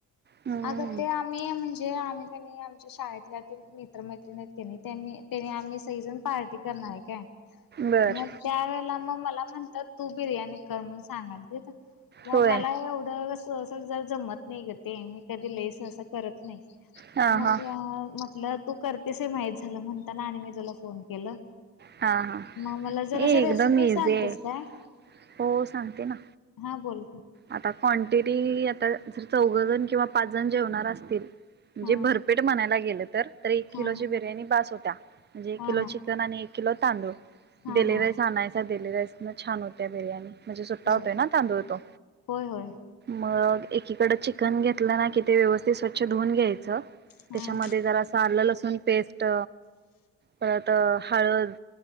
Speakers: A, on the right; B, on the left.
A: हम्म
B: अग ते आम्ही म्हणजे जे आम्ही काणी त्यां आमच्या शाळेतल्या तिनं मित्र मैत्रिणतनी आम्ही सहिझन पार्टी कर हाय काय
A: बर
B: मग त्या वेळेला मग मला म्हणतात तू बिर्याणी कर म्हणून सांगालतीत मग
A: होय
B: मला एवढं सह सहज जर जमत नाही ग ते मी कधी लईस त करत नाही
A: हा
B: मग
A: हा
B: म्हटलं तू करतेस हे माहीत झालं म्हणून त्यांना आणि मी तुला फोन केलं.
A: हा हा
B: मग मला जर असं
A: एकदम
B: रेसिपी
A: इझी
B: सांगतेस
A: आहे
B: काय
A: हो सांगते ना.
B: हा बोल.
A: आता क्वांटिटी आता ज चौघजण किंवा पाच जण जेवणार असतील म्हणजे
B: हा
A: भरपेट म्हणायला गेलं तर तर एक
B: हा
A: किलोची बिर्याणी बास होत्या म्हणजे एक
B: हा
A: किलो चिकन आणि एक किलो तांदूळ
B: हा
A: डिले
B: हा हा
A: राईस आणायचा डिले राईस न छान होत्या बिर्याणी. म्हणजे सुट्टा
B: होय
A: होतोय ना तांदूळ तो.
B: होय होय.
A: मग एकीकड चिकन घेतलं ना कि ते व्यवस्थित स्वच्छ धुऊून घ्यायचं
B: हा
A: त्याच्यामध्ये जरासं आलं लसूण पेस्ट परत हळद